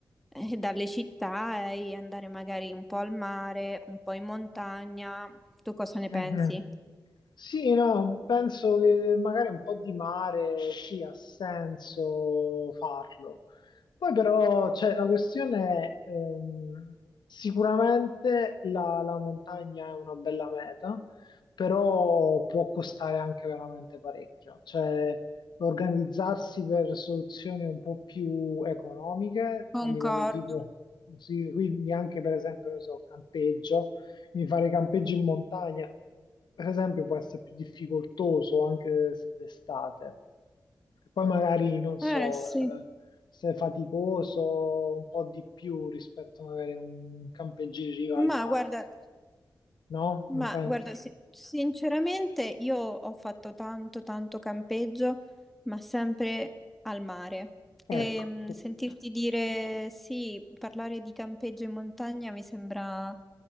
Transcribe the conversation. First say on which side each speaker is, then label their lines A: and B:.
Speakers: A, in the centre; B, on the left (about 80°).
A: eh, dalle città eh, e andare magari un po' al mare, un po' in montagna. Tu cosa ne
B: Mhm.
A: pensi?
B: Sì, no, penso che magari un po' di mare sì, ha senso farlo. Poi però cioè, la questione è, ehm, sicuramente la, la montagna è una bella meta, però può costare anche veramente parecchio. Cioè, organizzarsi per soluzioni un po' più economiche
A: Concordo.
B: a livello tipo, sì, quindi anche per esempio, ne so, campeggio quindi fare campeggi in montagna, per esempio, può essere più difficoltoso anche se d'estate. Poi magari, non so,
A: Eh sì.
B: eh, se è faticoso un po' di più rispetto magari a un campeggio in riva al
A: Ma
B: mare,
A: guarda,
B: no?
A: Ma
B: Non pensi?
A: guarda, Mm? si- sinceramente io ho fatto tanto, tanto campeggio, ma sempre al mare. E
B: Ecco,
A: mh, sentirti dire sì, parlare di campeggio in montagna mi sembra